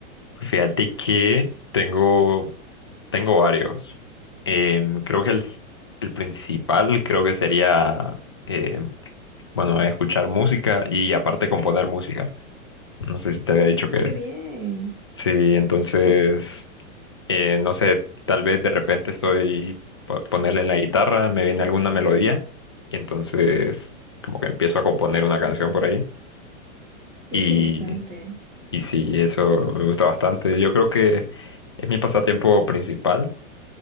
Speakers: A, on the left (about 20°); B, on the right (about 20°).
A: fíjate que tengo, tengo varios. Em, creo que el, el principal creo que sería, em, bueno, escuchar música y aparte componer música. No sé si te había
B: ¡Ay,
A: dicho que...
B: qué bien!
A: Sí, entonces...
B: Qué
A: Eh, no sé, tal vez de repente estoy po- ponerle en la guitarra, me viene alguna melodía y entonces como que empiezo a componer una canción por ahí. Y,
B: interesante.
A: y sí, eso me gusta bastante. Yo creo que es mi pasatiempo principal.